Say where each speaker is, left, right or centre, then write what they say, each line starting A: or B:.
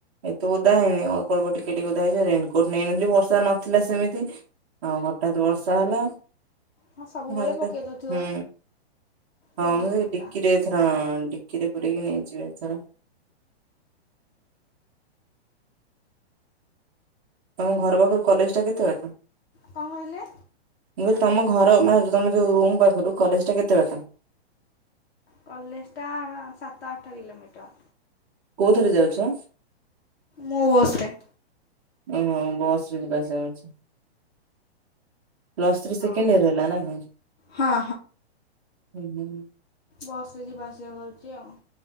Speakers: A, on the right (about 30°); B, on the left (about 65°).
A: ଏତ ତୁ ଉଧା ହେଇନି ଅଳ୍ପ ଅଳ୍ପ ଟିକେ ଟିକେ ଓଧା ହେଇସାଇଲେଣି ରେନିକୋଟ ନେଇଥିଲି ବର୍ଷା ନଥିଲା ସେମିତି ଆଉ ହଠାତ୍‌ ବର୍ଷା ହେଲା।
B: ହଁ ସବୁବେଳେ
A: ହାଲକା
B: ପକାଇ ଦେଉଥିବ
A: ହୁଁ
B: ରେନିକୋଟ୍ଟା
A: ହଁ ମୁଁ ଡିକିରେ ଥର ଡିକିରେ ପୁରେଇକି ନେଇଯିବି ଏଥର। ତମ ଘର ପାଖରୁ କଲେଜ୍‌ ଟା କେତେ ବାଟ?
B: କଣ କହିଲେ
A: ମୁଁ କହିଲି, ତମ ଘର ମ ତମେ ଯୋଉ ରୁମ୍ ପାଖରୁ, କଲେଜ୍‌ ଟା କେତେ ବାଟ?
B: କଲେଜ୍‌ ଟା ସାତ ଆଠ କିଲୋମିଟର।
A: କୋଉଥରେ ଯାଉଚ?
B: ମୋ ବସ ରେ।
A: ଓହୋ। ବସ ରେ ଯିବା ଆସିବା କରୁଛ। ପ୍ଲସ୍ ଥ୍ରୀ ସେକେଣ୍ଡ
B: ହଁ
A: ଇୟର ହେଲା ନା କଣ?
B: ହଁ
A: ଓହୋ।
B: ବସରେ, ଯିବା ଆସିବା କରୁଛି ଆଉ।